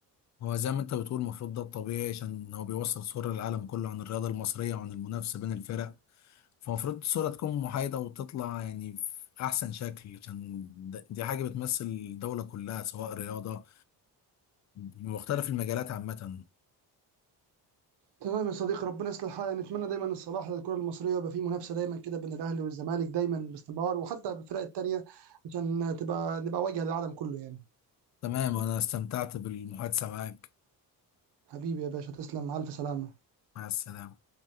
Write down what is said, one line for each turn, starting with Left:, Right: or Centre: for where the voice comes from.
Left: هو زي ما انت بتقول المفروض ده الطبيعي عشان هو بيوصل صورة للعالم كله عن الرياضة المصرية وعن المنافسة بين الفرق فالمفروض الصورة تكون محايدة وتطلع يعني في أحسن شكل عشان ده- دي حاجة بتمثل الدولة كلها سواء رياضة بمختلف المجالات عامة
Right: تمام يا صديقي ربنا يصلح حالنا نتمنى دايما الصلاح للكرة المصرية يبقى في منافسة دايما كده بين الأهلي والزمالك دايما باستمرار وحتى الفرق التانية عشان تبقى نبقى واجهة للعالم كله يعني
Left: تمام أنا استمتعت بالمحادثة معاك
Right: حبيبي يا باشا تسلم مع ألف سلامة
Left: مع السلامة